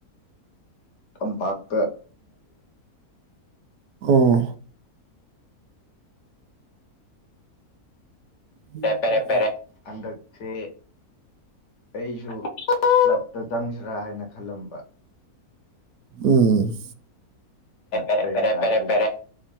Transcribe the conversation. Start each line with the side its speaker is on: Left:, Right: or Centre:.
Left: ꯀꯝꯄꯥꯛ
Right: ꯑꯣ <inaudible>
Left: ꯄꯦꯔꯦ ꯄꯦꯔꯦ ꯄꯦꯔꯦ ꯍꯟꯗꯛꯁꯦ ꯑꯩꯁꯨ ꯀꯞꯇ ꯆꯪꯁꯤꯔꯥ ꯍꯥꯏꯅ ꯈꯜꯂꯝꯕ
Right: ꯎꯝ
Left: ꯦꯔꯦꯔꯦꯕꯔꯦꯕꯔꯦ